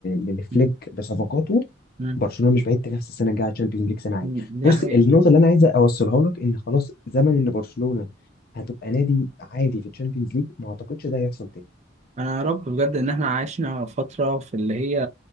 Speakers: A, on the left; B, on the right.
A: ل- لفليك
B: امم
A: بصفقاته
B: امم
A: برشلونه مش بعيد تنافس السنه الجايه على الشامبيونز ليج سنه عاليه
B: أمم. دي
A: بص
B: حقيقه
A: النقطه اللي انا عايز اوصلها لك ان خلاص زمن ان برشلونه هتبقى نادي عادي في الشامبيونز ليج ما اعتقدش ده هيحصل تاني
B: انا يا رب بجد ان احنا عشنا فتره في اللي هي